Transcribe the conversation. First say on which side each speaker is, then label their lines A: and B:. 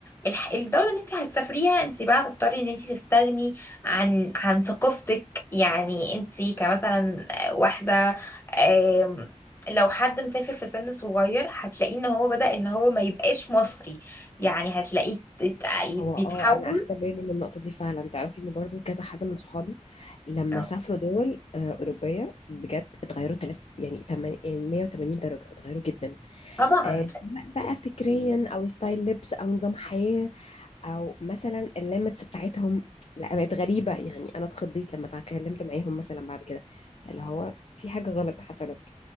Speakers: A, on the left (about 20°); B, on the left (about 55°).
A: الح- الدوله اللي انت هتسافريها انت بقى هتضطري ان انت تستغني عن عن ثقافتك يعني انتي كمثلا واحدة آم، لو حد مسافر في سن صغير هتلاقيه ان هو بدأ ان هو ما يبقاش مصري يعني هتلاقيه تت- بيتحول
B: هو اه انا اخدت بالي من النقطه دي فعلا تعرفي ان برضو كذا حد من صحابي لما
A: اه.
B: سافروا دول آه، اوروبيه بجد اتغيروا تلات يعني تمن- آه، 180 درجه اتغيروا جدا
A: طبعا
B: آه، سواء بقى فكريا او ستايل لبس او نظام حياه او مثلا الليمتس بتاعتهم لا بقت غريبه يعني انا اتخضيت لما اتكلمت معاهم مثلا بعد كده اللي هو في حاجه غلط حصلت